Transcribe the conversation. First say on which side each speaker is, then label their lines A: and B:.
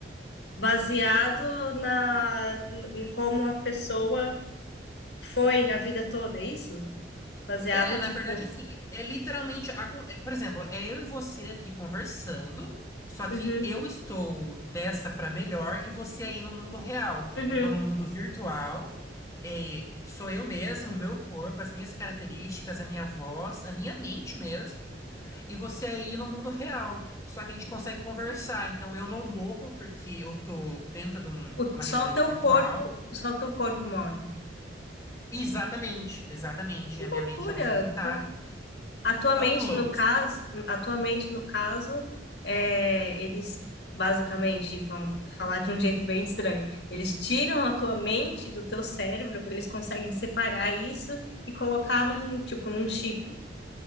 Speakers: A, on the left (about 65°); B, on the left (about 15°).
A: Baseado na, em como a pessoa foi a vida toda, é isso? Baseado,
B: É, na
A: tipo,
B: verdade, assim, é literalmente, a con- é, por exemplo, é eu e você aqui conversando, só que
A: uhum,
B: eu estou dessa para melhor e você aí no mundo real.
A: uhum.
B: Eu estou no mundo virtual, é, sou eu mesmo, o meu corpo, as minhas características, a minha voz, a minha mente mesmo, e você aí no mundo real. Só que a gente consegue conversar, então eu não morro porque eu estou dentro de um-
A: O,
B: uma
A: só
B: realidade
A: o teu
B: virtual.
A: corpo, só o teu corpo morre.
B: Exatamente, exatamente,
A: Que
B: a
A: loucura!
B: minha mente ela fica intacta.
A: Como, Atualmente,
B: Upload.
A: no caso, atualmente, no caso, é, eles basicamente, vamos falar de um jeito bem estranho, eles tiram a tua mente do teu cérebro, eles conseguem separar isso e colocar num, tipo, num chip.